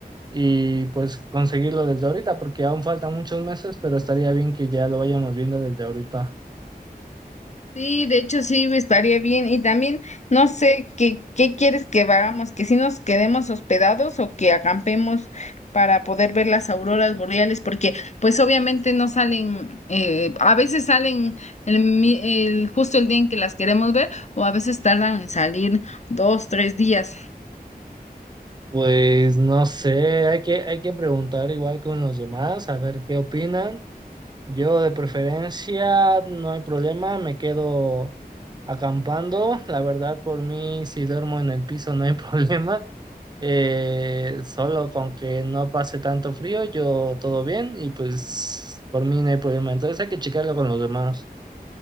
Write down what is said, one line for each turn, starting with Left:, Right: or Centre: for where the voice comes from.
Right: y pues conseguirlo desde ahorita, porque aún faltan muchos meses, pero estaría bien que ya lo vayamos viendo desde ahorita.
Left: Sí, de hecho sí, estaría bien. Y también no sé qué, qué quieres que hagamos, que si nos quedemos hospedados o que acampemos para poder ver las auroras boreales, porque pues obviamente no salen, eh, a veces salen el, mi- el- justo el día en que las queremos ver o a veces tardan en salir dos, tres días.
Right: Pues no sé, hay que, hay que preguntar igual con los demás, a ver qué opinan. Yo de preferencia, no hay problema, me quedo Acampando, la verdad, por mí, si duermo en el piso no hay <laughs> problema. Eh, solo con que no pase tanto frío, yo todo bien y pues por mí no hay problema. Entonces hay que checarlo con los demás.